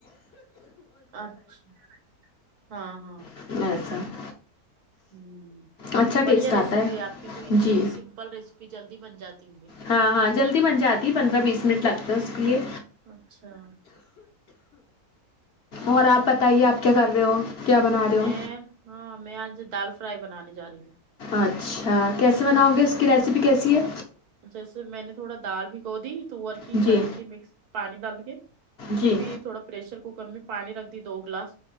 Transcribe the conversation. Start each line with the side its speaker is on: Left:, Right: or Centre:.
Right: اچھا ہاں ہاں
Left: <unintelligible>
Right: ہوں
Left: اچھا
Right: بڑھیا
Left: ٹیسٹ
Right: ریسیپی
Left: آتا
Right: ہے آپ کی تو ایزی
Left: جی
Right: سمپل ریسیپی جلدی بن جاتی ہونگی
Left: ہاں ہاں جلدی بن جاتی پندرہ بیس منٹ لگتا ہے اس کے لیے
Right: اچھا
Left: اور آپ بتائیے آپ کیا کر رہے ہو کیا بنا رہے ہو
Right: میں ہاں میں آج دال فرائی بنانے جا رہی ہوں
Left: اچھا کیسے بناؤ گے اس کی ریسیپی کیسی ہے
Right: جیسے میں نے تھوڑا دال بھگو دی تور کی
Left: جی
Right: چنے کی مکس پانی ڈال کے
Left: جی
Right: پھر تھوڑا پریشر کوکر میں پانی رکھ دی دو گلاس